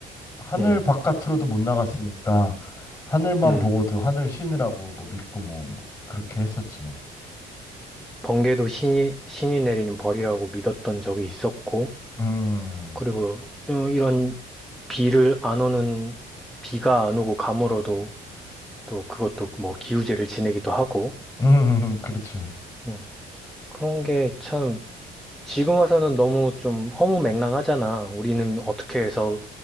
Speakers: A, on the left; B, in the centre.
A: 하늘
B: 음,
A: 바깥으로도 못 나갔으니까, 하늘만
B: 음.
A: 보고도 하늘 신으라고 뭐 믿고 뭐, 뭐, 그렇게 했었지.
B: 번개도 신이, 신이 내리는 벌이라고 믿었던 적이 있었고,
A: 음.
B: 그리고 어, 이런 비를 안 오는, 비가 안 오고 가물어도 또 그것도 뭐 기우제를 지내기도 하고,
A: 음, <laughs> 그렇지.
B: 음. 그런 게참 지금 와서는 너무 좀 허무맹랑하잖아. 우리는 어떻게 해서